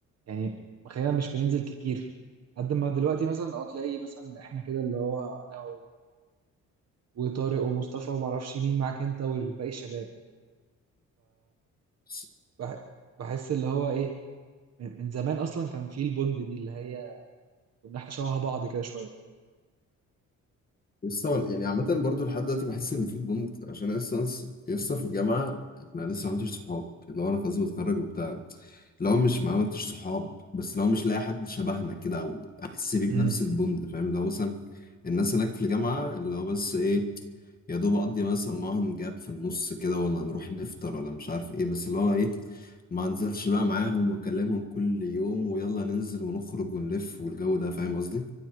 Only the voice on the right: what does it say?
يعني خلينا مش بننزل كتير قد ما دلوقتي مثلا اه تلاقي مثلا احنا كده اللي هو انا و- وطارق ومصطفى وما اعرفش مين معاك انت والباقي الشباب
فبحس اللي هو ايه من من زمان اصلا كان في البوند دي اللي هي كنا احنا شبه بعض كده شويه
امم